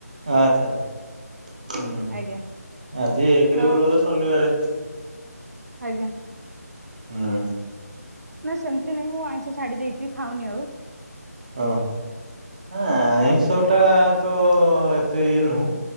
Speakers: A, on the right; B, on the right.
A: ହଉ ଆଚ୍ଛା, ଆଚ୍ଛା। ହୁଁ
B: ଆଜ୍ଞା
A: ଆଜି ଏକେରେ
B: ତ
A: ବି ଗଲେ ଶନିବାରେ।
B: ଆଜ୍ଞା।
A: ହୁଁ।
B: ନାଁ ସେମତି ବି ମୁଁ ଆଇଁଷ ଛାଡି ଦେଇଚି, ଖାଉନି ଆଉ।
A: ହଁ, ହଁ ଆଇଁଷ
B: ତ ସେ
A: ଟା ତ ଏତେ ଇଏ ନୁହୁଁ।